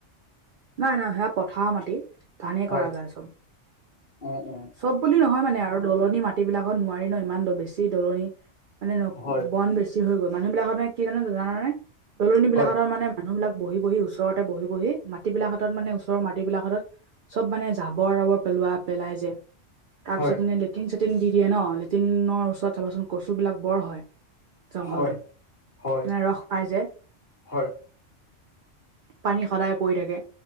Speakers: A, on the right; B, on the left.
A: নাই নাই সেয়া পথাৰ মাটি। ধানেই
B: হয়
A: কৰা যায় চ'ব,
B: অ অ
A: চ'ব বুলি নহয় মানে আৰু দলনি মাটিবিলাকত নোৱাৰি ন ইমান দ বেছি দলনি মানে ন
B: হয়
A: বন বেছ ছি হৈ গ'ল মানুহবিলাকৰ মানে কি জানে জানানে দলনিবিলাকহতৰ
B: হয়
A: মানে মানুহবিলাক বহি - বহি ওচৰতে বহি - বহি মাট টিবিলাকহতত মানে ওচৰৰ মাটিবিলাকহতত চ'ব মানে জাবৰ - জাবৰ পেলোৱা পেলাই যে তাৰপিছত
B: হয়
A: মানে লেটিন - চেটিন দি দিয়ে ন, লেটিনৰ ওচৰত চাবাচোন কচুবিলাক বৰ হয়। জংঘলটো
B: হয় হয়
A: মানে ৰস পাই যে।
B: হয়
A: পানী সদায় পৰি থাকে